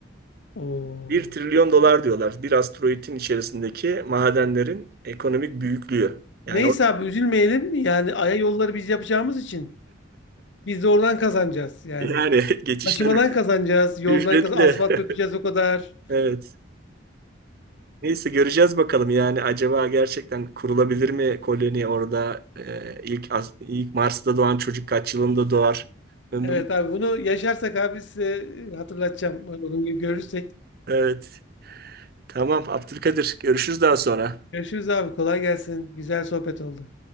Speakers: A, on the left; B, on the right.
A: Oo.
B: bir trilyon dolar diyorlar. Bir asteroidin içerisindeki madenlerin ekonomik büyüklüğü. Yani
A: Neyse
B: o,
A: abi üzülmeyelim. Yani Ay'a yolları biz yapacağımız için biz de oradan kazanacağız yani.
B: yani <laughs> geçişleri
A: Taşımadan kazanacağız, yoldan
B: ücretli.
A: kaz asfalt
B: <laughs>
A: dökeceğiz o kadar.
B: Evet. Neyse göreceğiz bakalım yani acaba gerçekten kurulabilir mi koloni orada Ee, ilk as- ilk Mars'ta doğan çocuk kaç yılında doğar? Ömrüm.
A: Evet abi bunu yaşarsak abi size hatırlatacağım. Uygun gibi görürsek.
B: Evet. Tamam Abdülkadir görüşürüz daha sonra.
A: Görüşürüz abi kolay gelsin. Güzel sohbet oldu.